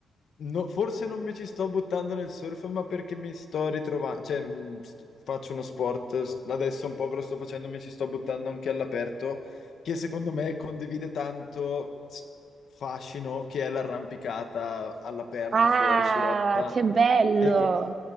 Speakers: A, on the left (about 60°); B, on the right (about 40°).
A: no- forse non mi ci sto buttando nel surf, ma perché mi sto ritrovando, cioè mh, faccio uno sport, s- adesso un po' che lo sto facendo, mi ci sto buttando anche all'aperto, che secondo me condivide tanto fascino che è l'arrampicata all'aperto
B: Ah,
A: fuori su rotta.
B: che bello!
A: E que-